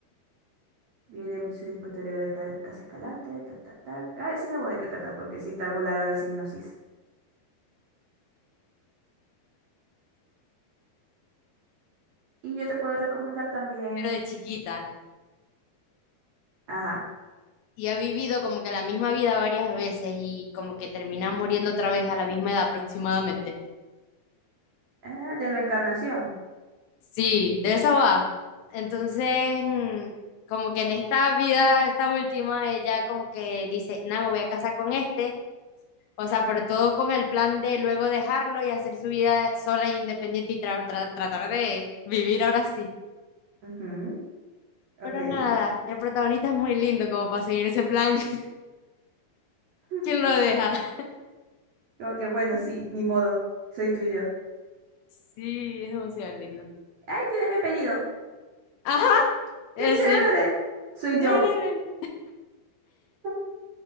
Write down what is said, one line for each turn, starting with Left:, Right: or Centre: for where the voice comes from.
Right: Viene el suicidio posterior de Ca- Casa Escalante, tal, tal, tal. Ah, sí me voy de qué trata, porque sí está algo larga la sinopsis. Y yo te puedo recomendar también,
Left: pero de chiquita.
Right: ajá,
Left: Y ha vivido como que la misma vida varias veces y como que termina muriendo otra vez a la misma edad aproximadamente.
Right: ah, de reencarnación.
Left: Sí, de esa va. Entonces, mm, como que en esta vida, esta última, ella como que dice, nada, me voy a casar con este O sea, pero todo con el plan de luego dejarlo y hacer su vida sola e independiente y tra- tra- tratar de vivir ahora sí.
Right: Ujú, Ok.
Left: Pero nada, el protagonista es muy lindo como para seguir ese plan. <laughs>
Right: <laughs>
Left: ¿Quién lo deja? <laughs>
Right: Como que bueno, sí, ni modo, soy tuyo.
Left: Sí, es demasiado lindo.
Right: ¡Ay, tiene mi apellido!
Left: Ajá,
Right: ¡Qué
Left: eh,
Right: chévere!
Left: sí.
Right: Soy
Left: Debería
Right: yo.
Left: leerlo.
Right: <laughs>